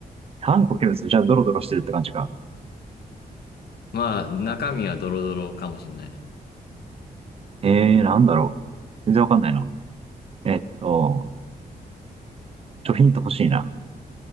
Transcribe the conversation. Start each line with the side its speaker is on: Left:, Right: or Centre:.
Right: 反固形物じゃあドロドロしてるって感じか。
Left: まあ、中身はドロドロかもしんない。
Right: えー、なんだろう。全然わかんないな。えっと、ちょ、ヒント欲しいな。